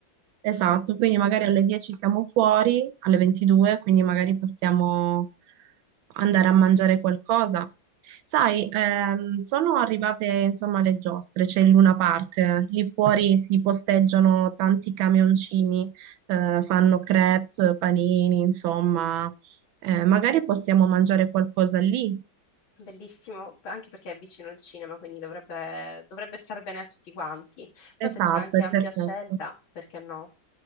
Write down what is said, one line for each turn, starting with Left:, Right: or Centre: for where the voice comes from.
Right: Esatto, quindi magari alle 10 siamo fuori, alle 22, quindi magari possiamo andare a mangiare qualcosa. Sai, ehm, sono arrivate insomma le giostre, c'è il Luna Park, eh, lì fuori si posteggiano tanti camioncini, eh, fanno crepe, panini, insomma, Eh,
Left: Sì,
Right: magari possiamo mangiare qualcosa lì.
Left: Bellissimo, anche perché è vicino al cinema, quindi dovrebbe, dovrebbe star bene a tutti quanti. Poi
Right: Esatto,
Left: se c'è anche
Right: è
Left: ampia
Right: perfetto.
Left: scelta, perché no?